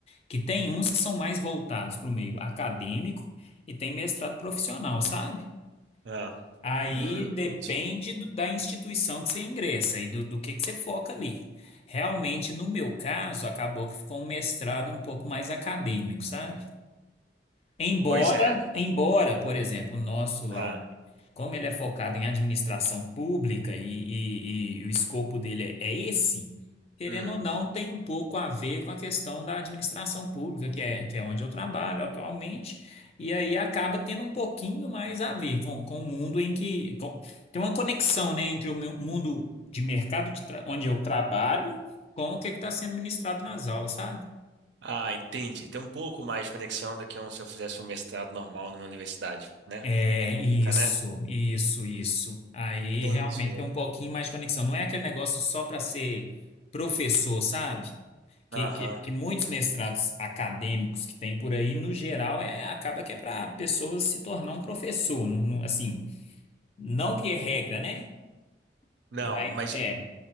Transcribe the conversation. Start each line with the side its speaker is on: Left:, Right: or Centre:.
Left: que tem uns que são mais voltados para o meio acadêmico e tem mestrado profissional, sabe?
Right: Ah,
Left: Aí
Right: hum,
Left: depende
Right: entendi.
Left: do- da instituição que você ingressa e do, do que, que você foca ali. Realmente, no meu caso, acabou que ficou um mestrado um pouco mais acadêmico, sabe? Embora,
Right: Pois é.
Left: embora, por exemplo, o nosso lá.
Right: Ah,
Left: Como ele é focado em administração pública e, e- e o escopo dele é, é esse, querendo
Right: hum.
Left: ou não, tem um pouco a ver com a questão da administração pública, que é, que é onde eu trabalho atualmente, e aí acaba tendo um pouquinho mais a ver com, com o mundo em que. com- tem uma conexão, né, entre o meu mundo de mercado de tra- onde eu trabalho com o que está sendo ministrado nas aulas, sabe?
Right: Ah, entendi. Tem um pouco mais de conexão do que um, se eu fizesse um mestrado normal numa universidade, né?
Left: É,
Right: Pública,
Left: isso,
Right: né?
Left: isso, isso. Aí
Right: Entendi.
Left: realmente tem um pouquinho mais de conexão. Não é aquele negócio só para ser professor, sabe? Que,
Right: Aham.
Left: que, que muitos mestrados acadêmicos que tem por aí, no geral, é, acaba que é para pessoas se tornar um professor. Não- não- assim, não que é regra, né?
Right: Não,
Left: Mas
Right: mas
Left: é.